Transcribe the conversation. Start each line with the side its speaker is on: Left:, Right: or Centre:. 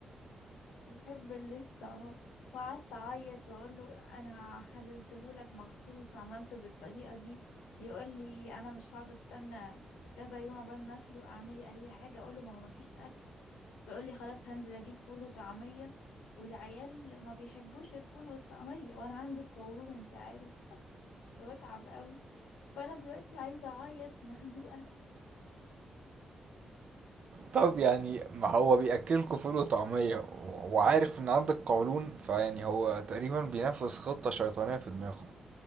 Left: يحب اللفت اه وقعدت اعيط واقول له انا خليتهولك مخصوص وعملته بالطريقه دي يقول لي انا مش هقعد استنى كذا يوم عقبال ما اكله اعملي اي حاجه اقول له ما هو ما فيش اكل بيقول لي خلاص هنزل اجيب فول وطعميه والعيال ما بيحبوش الفول والطعميه وانا عندي القولون انت عارف <laughs> وبتعب قوي فانا دلوقتي عايزه اعيط <laughs> مخنوقه
Right: طب يعني ما هو بياكلكوا فول وطعميه و- وعارف ان عندك قولون فيعني هو تقريبا بينفذ خطه شيطانيه في دماغه